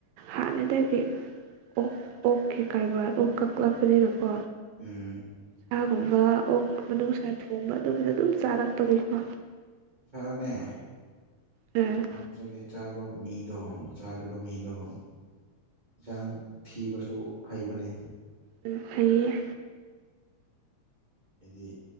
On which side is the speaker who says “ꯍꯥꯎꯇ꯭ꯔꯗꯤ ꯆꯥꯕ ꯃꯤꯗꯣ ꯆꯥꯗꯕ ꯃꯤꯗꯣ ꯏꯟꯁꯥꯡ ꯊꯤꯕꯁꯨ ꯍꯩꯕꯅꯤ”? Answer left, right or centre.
Right